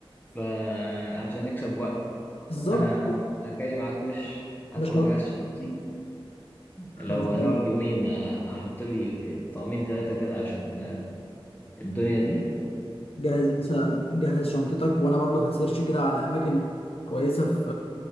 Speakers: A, on the left (about 20°); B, on the left (about 80°).
A: فعلشان نكسب وقت
B: بالظبط
A: انا جاي معاك وش هدخل
B: مش
A: اجهز شنطتي لو
B: خلاص
A: هنقعد يومين آه، احط لي طقمين ثلاثة كده عشان آه، الدنيا دي
B: جهز مثلا جهز شنطتك وانا برضو هسيرش كده على اماكن كويسه في